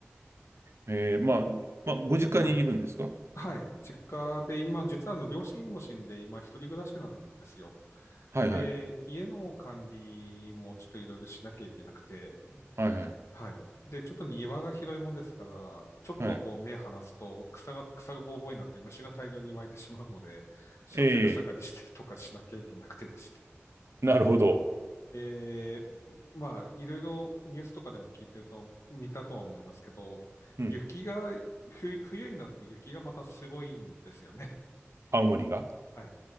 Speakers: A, on the right (about 70°); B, on the left (about 75°).
A: えー、まあ、まあ、ご実家にいるんですか
B: はい。はい。実家で今、実はあの、両親も死んで、今、一人暮らしなんですよ。
A: はいはい。
B: で、家の管理もちょっといろいろしなきゃいけなくて、
A: はいはい。
B: はい。で、ちょっと庭が広いもんですから、ちょっとこう目離すと草が、
A: はい。
B: 草がぼうぼうになって虫が大量に湧いてしまうので、しょっちゅう草刈りしてとかしなきゃいけなくてでして。
A: えなるほど。
B: で、まあ、いろいろニュースとかでも聞いてると、見たとは思いますけど、
A: うん。
B: 雪が、ふ、冬になると雪がまたすごいんですよね。
A: 青森が
B: <laughs> はい。